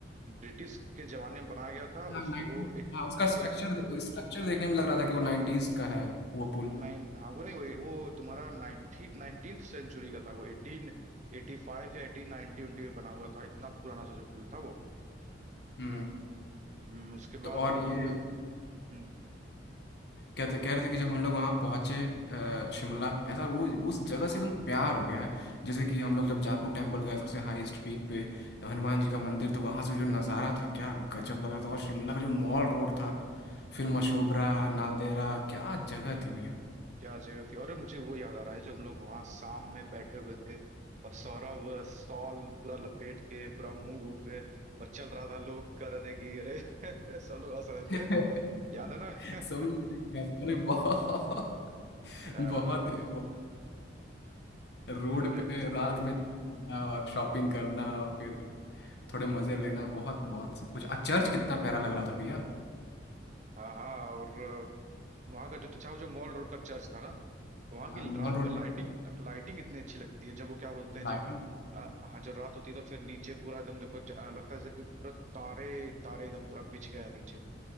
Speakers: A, on the right (about 40°); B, on the left (about 60°).
A: ब्रिटिश के जमाने में बनाया गया था उस
B: हाँ 90s
A: वो एट,
B: हाँ उसका स्ट्रक्चर
A: एट
B: स्ट्रक्चर देखने में लग रहा था कि वो 90s का है वो पुल
A: नाइन हाँ वो नहीं वो वो तुम्हारा नाइनटी नाइनटीन्थ सेंचुरी का था वो एटीन एटी फाइव या एटीन नाइनटी में बना हुआ था इतना पुराना सा जो पुल था वो
B: हम्म
A: हम्म, उसके बाद
B: तो और
A: हम
B: ये
A: लोग हम्म
B: कहते कह रहे थे कि जब हम लोग वहाँ पहुँचे अ, शिमला ऐसा वो उस जगह से एकदम प्यार हो गया है जैसे कि हम लोग जब जाकू टेम्पल गए सबसे हाईएस्ट पीक पे हनुमान जी का मंदिर तो वहाँ से जो नज़ारा था क्या गजब लग रहा था और शिमला का जो मॉल रोड था फिर
A: हम्म
B: मशोबरा नालदेहरा क्या जगह थी भैया
A: क्या जगह थी अरे मुझे वो याद आ रहा है जो हम लोग वहां शाम में बैठे हुए थे और सौरभ अ, शॉल पूरा लपेट के पूरा मुंह वूह पे और चल रहा था लोग कह रहे थे कि अरे <laughs> सब लोग हंस रहे
B: <laughs>
A: थे याद है ना
B: सब लोग
A: <laughs>
B: देख के आए थे, अरे बहुत
A: अ,
B: बहुत, बहुत रोड
A: अरे
B: पे
A: पूछो
B: रात में घूमना और शॉपिंग करना और फिर थोड़े मजे लेना बहुत बहुत सब कुछ आ चर्च कितना प्यारा लग रहा था भैया
A: हाँ हाँ और वहां का जो अच्छा वो जो मॉल रोड का चर्च था ना वहां
B: हाँ
A: की
B: मॉल
A: रात
B: रोड
A: में लाइटिंग
B: पे
A: लाइटिंग इतनी अच्छी लगती है जब वो क्या बोलते हैं
B: लाइटिंग
A: जब अ, हाँ जब रात होती है तो फिर नीचे पूरा एकदम देखो ज- अ, लगता है जैसे कोई पूरा तारे तारे एकदम पूरा बिछ गया नीचे